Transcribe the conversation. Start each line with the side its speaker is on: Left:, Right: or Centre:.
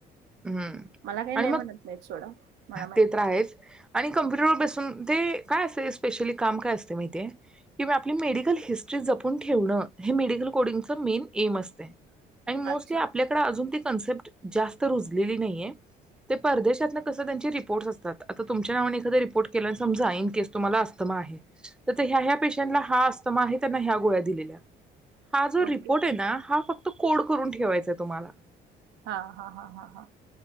Centre: हम्म
Right: मला काही
Centre: आणि
Right: नाही
Centre: मग
Right: म्हणत नाहीत सोडा मला माहिती
Centre: ते तर आहेच आणि कम्प्युटरवर बस हम्म तेऽऽ काय असतंय स्पेशिअली काम काय असतंय माहितीये, की बा आपली मेडिकल हिस्ट्री जपून ठेवणं हे मेडिकल कोडिंग च मेन एम असतंय. आणि मोस्टली
Right: अच्छा
Centre: आपल्याकडे अजून ती कन्सेप्ट जास्त नाहीये, ते परदेशातलं कसं त्यांची रिपोर्ट्स असतात, आता तुमच्यांनी कधी रिपोर्ट केलं समजा, इन केस तुम्हाला अस्थमा आहे, तर ते ह्या ह्या पेशंटना हा अस्थमा आहे त्यांना ह्या गोळ्या दिलेत. हा जो
Right: ओके
Centre: रिपोर्ट आहे ना, हा फक्त तर कोड करून ठेवायचंय तुम्हाला.
Right: हा हा हा हा हा